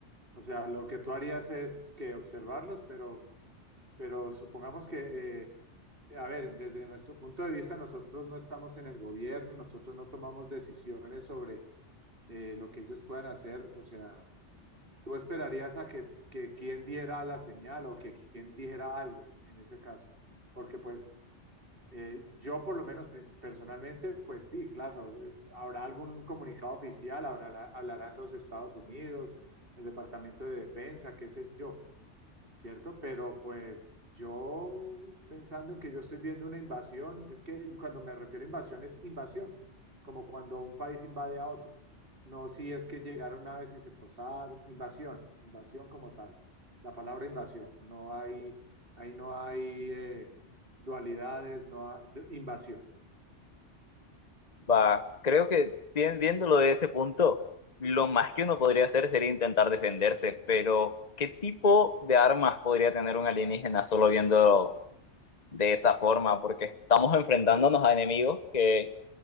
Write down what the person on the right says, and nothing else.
o sea, lo que tú harías es que observarlos, pero, pero supongamos que, eh, a ver, desde nuestro punto de vista, nosotros no estamos en el gobierno, nosotros no tomamos decisiones sobre eh, lo que ellos puedan hacer. O sea, tú esperarías a que, que quien diera la señal o que quien dijera algo en ese caso, porque pues Eh, yo por lo menos pers- personalmente, pues sí, claro, eh, habrá algún comunicado oficial, habrá, hablarán los Estados Unidos, el Departamento de Defensa, qué sé yo, ¿cierto? Pero pues yo pensando en que yo estoy viendo una invasión, es que cuando me refiero a invasión es invasión, como cuando un país invade a otro. No si es que llegaron una vez y se posaron, invasión, invasión como tal, la palabra invasión, no hay, ahí no hay eh, dualidades, no hay de- invasión,